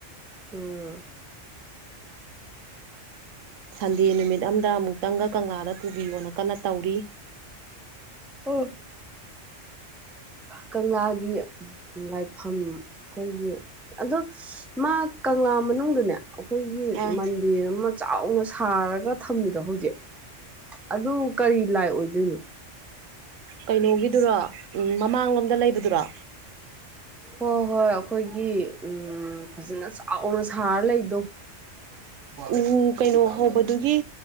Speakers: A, in the centre; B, on the right.
A: ꯎꯝ
B: ꯁꯟꯗꯦ ꯅꯨꯃꯤꯠ ꯑꯝꯗ ꯑꯃꯨꯛꯇꯪꯒ ꯀꯪꯂꯥꯗ ꯄꯨꯕꯤꯌꯣꯅ ꯀꯟꯅ ꯇꯧꯔꯤ
A: ꯑꯣ ꯀꯪꯂꯥꯒꯤ ꯂꯥꯏꯐꯝ ꯑꯩꯈꯣꯏꯒꯤ ꯑꯗꯣ ꯃꯥ ꯀꯪꯂꯥ ꯃꯅꯨꯡꯗꯨꯅꯦ ꯑꯩꯈꯣꯏꯒꯤ
B: ꯑꯥ
A: ꯃꯟꯗꯤꯔ ꯑꯃ ꯆꯥꯎꯅ ꯁꯥꯔꯒ ꯊꯝꯃꯤꯗꯣ ꯍꯧꯖꯤꯛ ꯑꯗꯨ ꯀꯔꯤ ꯂꯥꯏ ꯑꯣꯏꯗꯣꯏꯅꯣ
B: ꯀꯩꯅꯣꯒꯤꯗꯨꯔꯣ ꯃꯃꯥꯡꯂꯣꯝꯗ ꯂꯩꯕꯗꯨꯔꯣ
A: ꯍꯣꯏ ꯍꯣꯏ ꯑꯩꯈꯣꯏꯒꯤ ꯎꯝ ꯐꯖꯅ ꯆꯥꯎꯅ ꯁꯥꯔ ꯂꯩꯗꯣ
B: ꯎ ꯀꯩꯅꯣ ꯍꯧꯕꯗꯨꯒꯤ